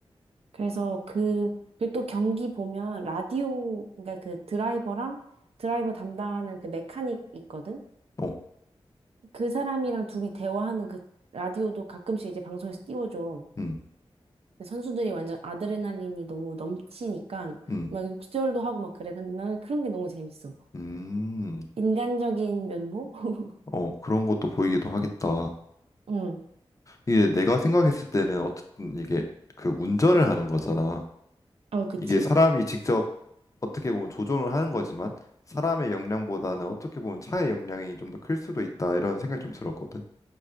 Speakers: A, on the right; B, on the left.
A: 그래서 그, 그리고 또 경기 보면 라디오, 그러니까 그 드라이버랑 드라이버 담당하는 그 메카닉 있거든?
B: 어,
A: 그 사람이랑 둘이 대화하는 그 라디오도 가끔씩 이제 방송에서 띄워줘.
B: 음,
A: 근데 선수들이 완전 아드레날린이 너무 넘치니까
B: 음,
A: 막 욕설도 하고 막 그래. 근데 나는 그런 게 너무 재밌어.
B: 음,
A: 인간적인 면모? <laughs>
B: 어, 그런 것도 보이기도 하겠다. 어,
A: 응.
B: 이게 내가 생각했을 때는 어쨌든 이게 그 운전을 하는 거잖아.
A: 어, 그치?
B: 이게 사람이 직접 어떻게 보면 조종을 하는 거지만 사람의 역량보다는 어떻게 보면 차의 역량이 좀 더 클 수도 있다 이런 생각이 좀 들었거든.